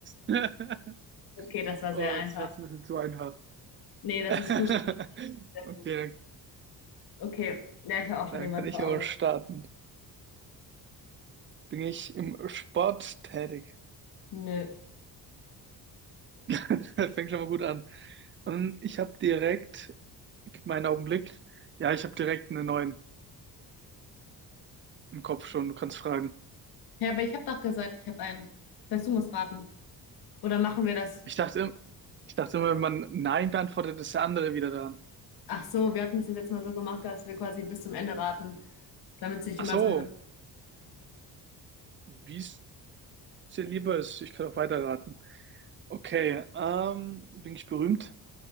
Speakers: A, on the right; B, on the left.
A: <laughs>
B: Okay, das war
A: Oh,
B: sehr einfach.
A: das war jetzt ein bisschen zu einfach.
B: Nee, das
A: <laughs>
B: ist gut. Sehr
A: Okay,
B: gut.
A: dann,
B: Okay, ja, ich habe auch schon
A: dann
B: jemanden
A: kann ich
B: vor Augen.
A: aber starten. Bin ich im Sport tätig?
B: Nö.
A: <laughs> Fängt schon mal gut an. Ähm, Ich habe direkt Gib mir einen Augenblick. Ja, ich habe direkt einen neuen im Kopf schon. Du kannst fragen.
B: Ja, aber ich habe doch gesagt, ich habe einen. Das heißt, du musst raten. Oder machen wir das?
A: Ich dachte, im- ich dachte immer, wenn man Nein beantwortet, ist der andere wieder dran.
B: Ach so, wir hatten das jetzt letztes Mal so gemacht, dass wir quasi bis zum Ende raten, damit es nicht
A: Ach
B: immer
A: so,
B: so hin und...
A: wie es dir lieber ist. Ich kann auch weiterraten. Okay, ähm, bin ich berühmt?